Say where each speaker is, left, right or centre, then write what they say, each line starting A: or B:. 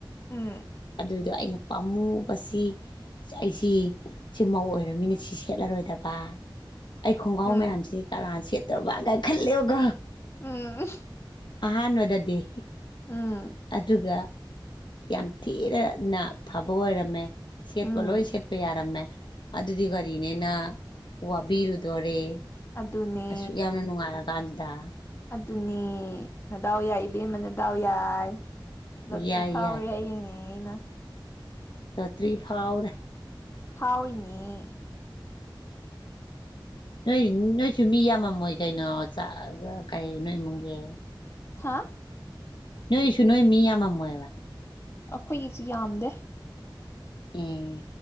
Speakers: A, on the left; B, on the left.
A: ꯎꯝ
B: ꯑꯗꯨꯗꯣ ꯑꯩꯅ ꯄꯥꯝꯃꯨꯕꯁꯤ ꯑꯩꯁꯤ ꯁꯤ ꯃꯧ ꯑꯣꯏꯔꯝꯃꯤꯅ ꯁꯤ ꯁꯦꯠꯂꯔꯣꯏꯗꯕ ꯑꯩ ꯈꯣꯡꯒ꯭ꯔꯥꯎ
A: ꯎꯝ
B: ꯃꯌꯥꯝꯁꯤ ꯀꯥꯅꯅ ꯁꯦꯠꯇꯧꯔꯕ ꯀꯥꯏ ꯈꯜꯂꯦꯕꯀꯣ
A: ꯎꯝ
B: ꯑꯍꯥꯟꯕꯗꯗꯤ
A: ꯎꯝ
B: ꯑꯗꯨꯒ ꯌꯥꯝ ꯊꯤꯅ ꯐꯕ ꯑꯣꯏꯔꯝꯃꯦ ꯁꯦꯠꯄ
A: ꯎꯝ
B: ꯂꯣꯏ ꯁꯦꯠꯄ ꯌꯥꯔꯝꯃꯦ ꯑꯗꯨꯗꯤ ꯒꯥꯔꯤꯅꯦꯅ ꯋꯥꯕꯤꯔꯨꯗꯣꯔꯤ
A: ꯑꯗꯨꯅꯦ
B: ꯑꯁꯨꯛ ꯌꯥꯝꯅ ꯅꯨꯡꯉꯥꯏ ꯀꯥꯟꯗ
A: ꯑꯗꯨꯅꯦ ꯅꯗꯥꯎ ꯌꯥꯏ ꯏꯕꯦꯝꯃ ꯅꯗꯥꯎ ꯌꯥꯏ ꯂꯣꯇ꯭ꯔꯤ
B: ꯌꯥꯏ
A: ꯐꯥꯎꯋꯦ
B: ꯌꯥꯏ
A: ꯍꯥꯏꯔꯤꯅꯦ ꯑꯩꯅ
B: ꯂꯣꯇ꯭ꯔꯤ ꯐꯥꯎꯔꯦ
A: ꯐꯥꯎꯔꯤꯅꯦ
B: ꯅꯣꯏ ꯅꯣꯏꯁꯨ ꯃꯤ ꯌꯥꯝꯃꯝꯃꯣꯏ ꯀꯩꯅꯣ ꯆꯥꯒꯥ ꯀꯩ ꯅꯣꯏ ꯏꯃꯨꯡꯒꯤ
A: ꯍꯥꯥ
B: ꯅꯣꯏꯁꯨ ꯅꯣꯏ ꯃꯤ ꯌꯥꯝꯃꯝꯃꯣꯏꯕ
A: ꯑꯩꯈꯣꯏꯒꯤꯁꯤ ꯌꯥꯝꯗꯦ
B: ꯑꯝ